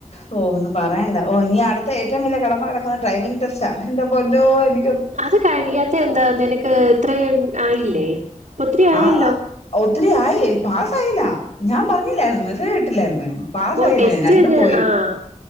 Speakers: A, on the left; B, on the right.
A: പോകുന്നു. പറയേണ്ട ഓ ഇനി അടുത്ത ഏറ്റവും വലിയ കടമ്പ കടക്ന്ന ഡ്രൈവിംഗ് ടെസ്റ്റാ എന്റെ പൊന്നോ എനി
B: അത് കഴിയാത്തെ എന്താ നിനക്ക് ഇത്രേ ആയില്ലേ? ഒത്തിരി ആയല്ലോ
A: ആഹ് ഒത്തിരി ആയി പാസ്സായില്ല. ഞാൻ പറഞ്ഞില്ലായിരുന്നോ മെസ്സേജ് ട്ട്ല്ലായ്ര്ന്ന് പാസായില്ല
B: ഓ ടെസ്റ്റ്
A: രണ്ടും
B: ചെയ്ത്
A: പോയി
B: ആഹ്